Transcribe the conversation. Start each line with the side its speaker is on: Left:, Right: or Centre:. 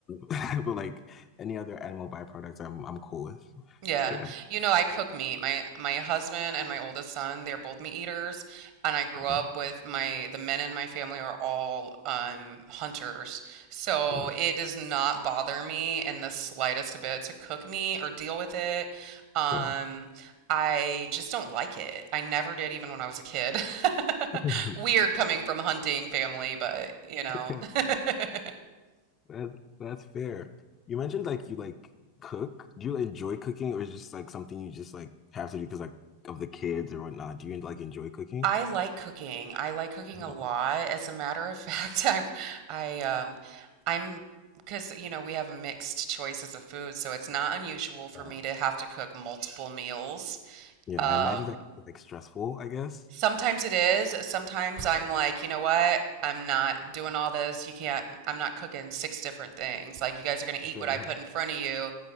Left: But like any other animal byproducts, I'm I'm cool with.
Right: Yeah.
Left: Yeah,
Right: You know, I cook meat. My my husband and my oldest son, they're both meat eaters, and I grew
Left: Mm,
Right: up with my the men in my family are all um hunters. So
Left: mm,
Right: it does not bother me in the slightest bit to cook meat or deal with it. Um
Left: fair.
Right: I just don't like it. I never did even when I was a kid. <laughs>
Left: <laughs>
Right: Weird coming from a hunting family, but you know.
Left: Yeah,
Right: <laughs>
Left: That that's fair. You mentioned like you like cook. Do you enjoy cooking, or is just like something you just like have to do because like of the kids or whatnot? Do you like enjoy cooking?
Right: I like cooking. I like cooking
Left: Mm,
Right: a lot. As a matter of fact, <laughs> I, I, um, I'm, because, you know, we have mixed choices of food, so it's not unusual for
Left: Yeah,
Right: me to have to cook multiple meals.
Left: yeah.
Right: Um,
Left: I imagine that could be, like stressful. I guess.
Right: sometimes it is. Sometimes I'm
Left: Yeah.
Right: like, you know what? I'm not doing all this. You can't, I'm not cooking six different things. Like, you guys are going to eat
Left: Fair.
Right: what I put
Left: <laughs>
Right: in front of you.